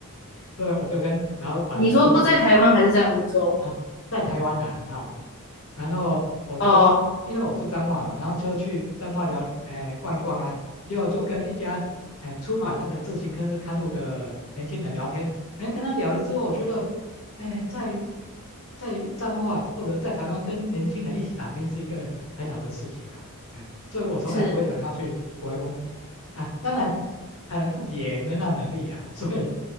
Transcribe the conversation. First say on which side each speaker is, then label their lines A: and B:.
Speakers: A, on the left; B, on the left.
A: 所以我就跟老板就
B: 你说在台湾还是在欧洲？
A: 啊，在台湾呐、啊好，然后我就去，
B: 哦，
A: 因为我住彰化嘛，然后就去彰化聊，哎、逛一逛啊，结果就跟一家，哎、出版那个自行车刊物的年轻人聊天，
B: 嗯，
A: 哎、跟他聊了之后，我觉得，哎、在在彰化或者在台湾跟年轻人一起打拼是一个很好的事情啊，哎、所以我从来不会想要去国外工作
B: 是。
A: 啊，当然可能自己也没那能力啊，所以，